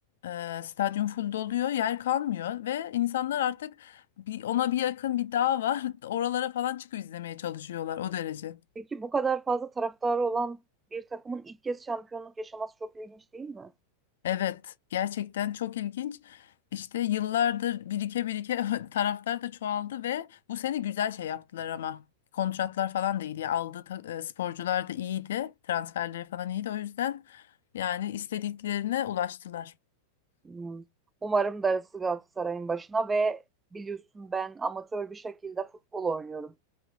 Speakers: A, on the left; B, on the right.
A: Ee, stadyum full doluyor, yer kalmıyor ve insanlar artık bir, ona bir yakın bir dağ var. <laughs> Oralara falan çıkıp izlemeye çalışıyorlar o derece.
B: Peki bu kadar fazla taraftarı olan bir takımın ilk kez şampiyonluk yaşaması çok ilginç değil mi?
A: Evet, gerçekten çok ilginç. İşte yıllardır birike birike <laughs> taraftar da çoğaldı ve bu sene güzel şey yaptılar ama. Kontratlar falan da iyiydi. Aldığı ta- e, sporcular da iyiydi. Transferleri falan iyiydi. O yüzden yani istediklerine ulaştılar.
B: Bilmiyorum. Umarım darısı Galatasaray'ın başına ve biliyorsun ben amatör bir şekilde futbol oynuyorum.